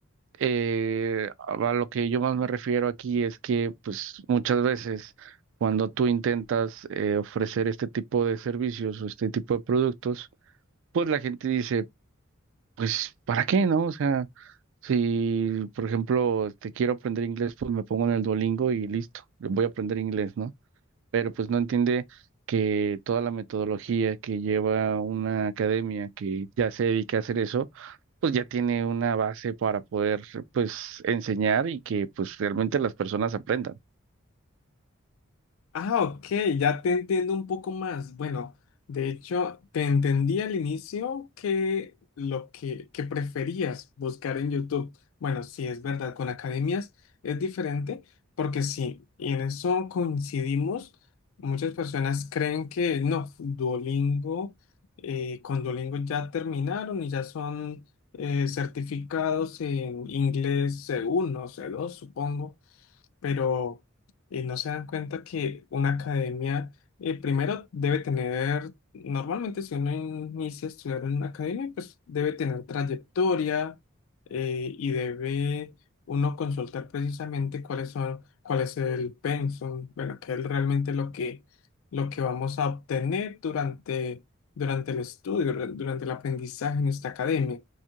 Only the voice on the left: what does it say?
Ah, ok, ya te entiendo un poco más. Bueno, de hecho, te entendí al inicio que lo que, que preferías buscar en YouTube. Bueno, sí, es verdad, con academias es diferente, porque sí, y en eso coincidimos. Muchas personas creen que no, Duolingo, eh, con Duolingo ya terminaron y ya son eh, certificados en inglés c uno, c dos, supongo pero eh, no se dan cuenta que una academia, eh, primero debe tener, normalmente si uno inicia a estudiar en una academia, pues debe tener trayectoria eh, y debe uno consultar precisamente cuáles son, cuál es el pensum, bueno, qué es realmente lo que, lo que vamos a obtener durante, durante el estudio, re- durante el aprendizaje en esta academia.